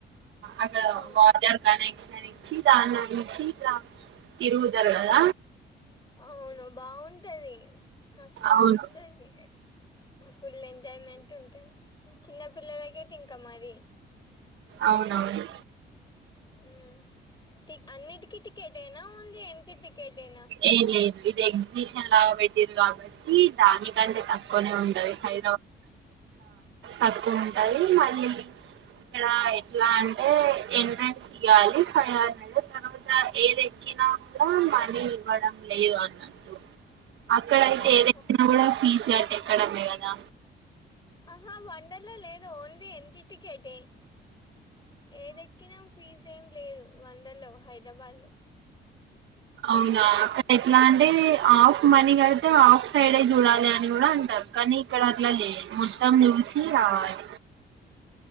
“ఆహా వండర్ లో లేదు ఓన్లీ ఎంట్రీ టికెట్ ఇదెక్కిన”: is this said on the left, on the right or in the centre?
Left